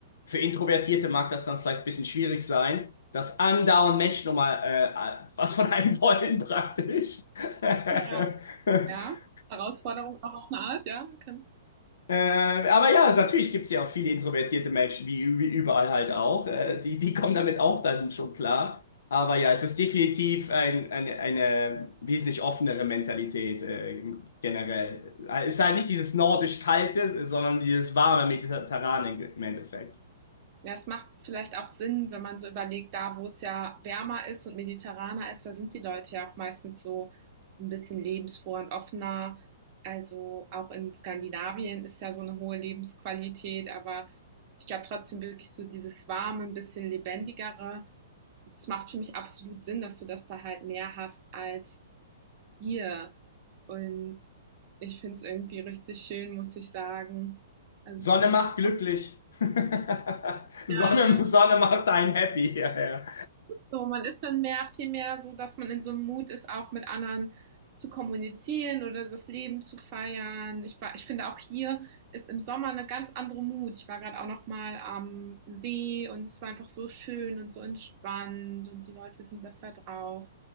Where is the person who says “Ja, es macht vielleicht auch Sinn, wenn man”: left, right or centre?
Right